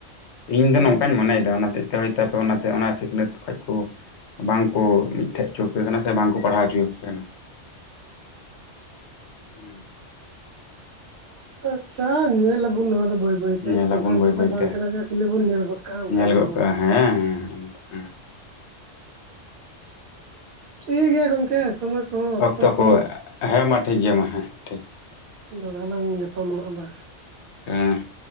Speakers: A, on the left; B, on the right.
A: ᱤᱧ
B: ᱦᱩᱸ
A: ᱫᱚ ᱱᱚᱝᱠᱟᱧ ᱢᱚᱱᱮᱭ ᱮᱫᱟ ᱚᱱᱟ ᱛᱮ᱾ ᱛᱚ ᱦᱩᱭ ᱛᱟᱠᱚ ᱚᱱᱟ ᱛᱮ ᱚᱱᱟ ᱥᱤᱠᱷᱱᱟᱹᱛ ᱠᱷᱚᱡ ᱠᱚ ᱵᱟᱝ ᱠᱚ ᱢᱤᱜᱴᱷᱮᱡ ᱪᱚ ᱟᱠᱩ ᱠᱟᱱᱟ ᱥᱮ ᱵᱟᱝ ᱠᱚ ᱯᱟᱲᱦᱟᱣ ᱪᱚ ᱟᱠᱩ ᱠᱟᱱᱟ᱾ ᱦᱩᱸ᱾
B: <inaudible> ᱪᱷᱟ ᱧᱮᱞ ᱟᱵᱩᱱ ᱱᱚᱣᱟ ᱫᱚ ᱵᱟᱹᱭ ᱵᱟᱹᱭᱛᱮ
A: ᱧᱮᱞᱟᱵᱚᱱ
B: ᱚᱱᱠᱟᱱ
A: ᱵᱟᱹᱭ
B: ᱠᱟᱛᱷᱟ
A: ᱵᱟᱹᱭᱛᱮ
B: ᱵᱟᱝ ᱠᱟᱱᱟ ᱡᱮ ᱠᱷᱟᱹᱞᱤ ᱵᱚᱱ ᱧᱮᱞ ᱜᱚᱫ ᱠᱟᱜᱼᱟ ᱚᱱᱠᱟᱱᱟᱜ
A: ᱧᱮᱞ ᱜᱚᱫ
B: ᱦᱚᱸ ᱵᱟᱝ
A: ᱠᱟᱜᱼᱟ
B: ᱠᱟᱱᱟ᱾
A: ᱦᱮᱸ ᱚᱱᱟ ᱫᱚ ᱦᱮᱸ
B: ᱴᱷᱤ ᱜᱮᱭᱟ ᱜᱚᱝᱠᱮ ᱥᱚᱢᱚᱭ ᱠᱚᱦᱚᱸ
A: ᱚᱠᱛᱚ
B: ᱠᱚᱦᱚᱸ
A: ᱠᱚ ᱦᱮᱸ ᱢᱟ ᱴᱷᱤᱠ ᱜᱮᱭᱟ ᱢᱟ ᱦᱮᱸ᱾ ᱴᱷᱤᱠ
B: ᱫᱚᱲᱦᱟ ᱞᱟᱝ ᱧᱟᱯᱟᱢᱟ ᱟᱵᱟᱨ᱾
A: ᱦᱩᱸ᱾